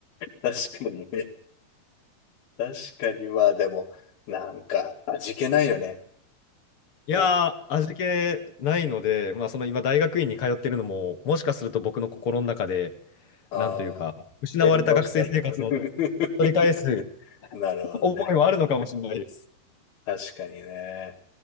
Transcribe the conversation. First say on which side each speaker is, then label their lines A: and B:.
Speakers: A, on the left; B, on the left.
A: 確かにね。確かに、まあでも、なんか、味気ないよね。
B: いやー、
A: も
B: 味気ないので、まあ、その今大学院に通ってるのも、もしかすると僕の心の中で、
A: う、
B: なんというか、
A: ああ、
B: 失われた学生生活の取
A: やり直したい。<laughs>
B: り返す
A: なるほどね。
B: 思いもあるのかもしれないです。
A: 確かにね。